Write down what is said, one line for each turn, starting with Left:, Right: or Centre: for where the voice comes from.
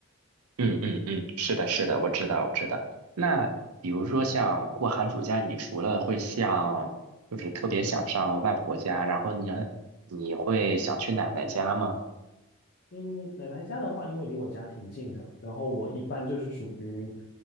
Right: 嗯嗯嗯，是的，是的，我知道，我知道。那比如说像过寒暑假，你除了会像，就是特别想上外婆家，然后你你会想去奶奶家吗？
Left: 嗯，奶奶家的话，因为离我家挺近的，然后我一般就是属于，